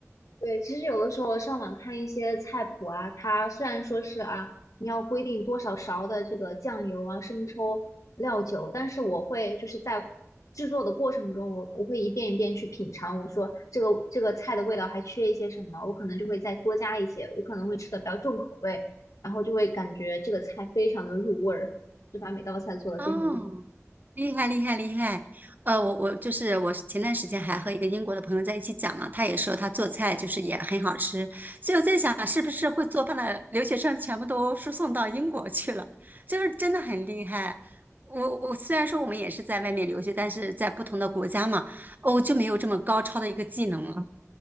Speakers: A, on the left (about 85°); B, on the right (about 35°).
A: 对，其实有的时候上网看一些菜谱啊，它虽然说是啊，你要规定多少勺的这个酱油啊、生抽、料酒，但是我会就是在制作的过程中，我我会一遍一遍去品尝，我说这个这个菜的味道还缺一些什么，我可能就会再多加一些，我可能会吃的比较重口味，然后就会感觉这个菜非常的入味儿，就把每道菜做的非常入口。
B: 哦，厉害厉害厉害！呃，我我就是我前段时间还和一个英国的朋友在一起讲嘛，他也说他做菜就是也很好吃，所以我在想是不是会做饭的留学生全部都输送到英国去了，就是真的很厉害。我我虽然说我们也是在外面留学，但是在不同的国家嘛，哦，就没有这么高超的一个技能了。